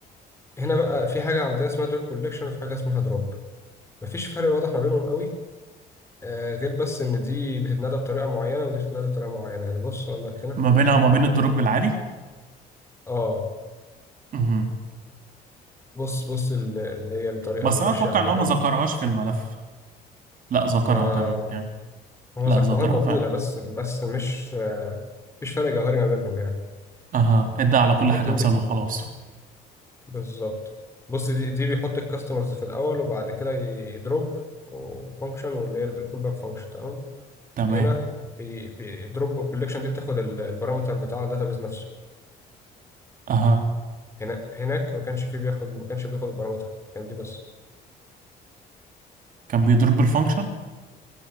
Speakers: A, on the left (about 15°); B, on the right (about 55°).
A: هنا بقى في حاجة عندنا اسمها drop collection وفي حاجة اسمها drop مفيش فرق واضح ما بينهم قوي آه غير بس إن دي بتتنادى بطريقة معينة ودي بتتنادى بطريقة معينة يعني بص أقول لك هنا
B: ما بينها وما بين الدروب العادي
A: آه
B: مهم.
A: بص بص ال- اللي هي الطريقة
B: بس
A: اللي
B: انا
A: ماشية
B: اتوقع
A: عليها
B: ان هو ما ذكرهاش في الملف لا ذكرها
A: ما
B: تمام يعني
A: هو
B: لا
A: ذكرها
B: ذكرها
A: موجودة
B: فعلا
A: بس بس مش آه مفيش فرق جوهري ما بينهم يعني
B: اها ادى على كل
A: الاتنين
B: حاجه مثال وخلاص
A: بالظبط بص دي, دي بيحط الكاستمرز في الاول وبعد كده يدروب وفانكشن واللي هي الكول باك فانكشن تمام
B: تمام
A: هنا بيدروب الكوليكشن دي بتاخد ال- البارامتر بتاع الداتابيز نفسه
B: اها
A: هنا هناك ما كانش فيه بياخد ما كانش بياخد البارامتر كان دي بس
B: كان بيضرب بالفانكشن